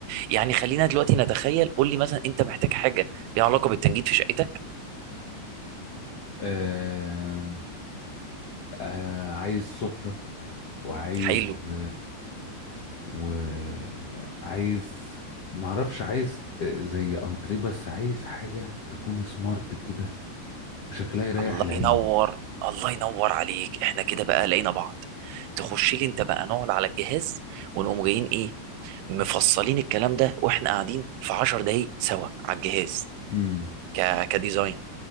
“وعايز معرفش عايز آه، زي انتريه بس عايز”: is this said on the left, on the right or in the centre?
Left